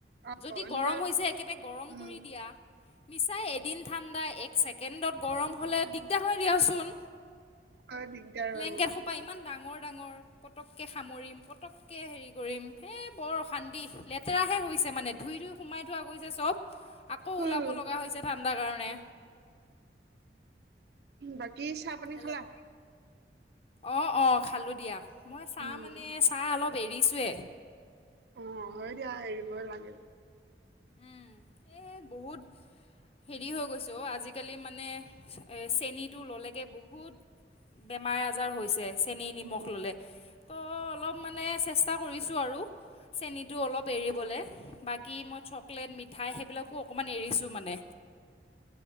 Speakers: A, on the right (about 65°); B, on the left (about 35°).
A: অ',
B: যদি
A: এনেকুৱা
B: গৰম হৈছে একেবাৰে গৰম
A: উম,
B: কৰি দিয়া। মিছাই এদিন ঠাণ্ডা এক ছেকেণ্ডত। গৰম হ'লে দিগদাৰ হয় দিয়াচোন
A: হয় দিগদাৰ
B: ব্লেংকেট
A: হয়
B: খোপা। ডাঙৰ ডাঙৰ, পতককে সামৰিম পতককে হেৰি কৰিম বৰ অশান্তি লেতেৰা। হৈছে মানে, ধুই ধুই সোমাই থোৱা গৈছে চব। আকৌ
A: বহুত।
B: ওলাব লগা হৈছে ঠাণ্ডাৰ কাৰণে।
A: বাকী চাহ পানী
B: হেল্ল'
A: খালা?
B: অঁ অঁ খালোঁ দিয়া মই চাহ
A: উম,
B: মানে চাহ অলপ এৰিছোৱেই
A: অ হয় দিয়া এৰিবই লাগে।
B: উম এই বহুত হেৰি হৈ গৈছোঁ আজিকালি মানে চেনীটো ললেগে বহুত। বেমাৰ আজাৰ হৈছে চেনী
A: উম,
B: নিমখ ললে তো অলপ মানে চেষ্টা কৰিছোঁ আৰু চেনীটো অলপ এৰিবলৈ বাকী মই চব মিঠাই সেইবিলাকো অকণমান এৰিছোঁ মানে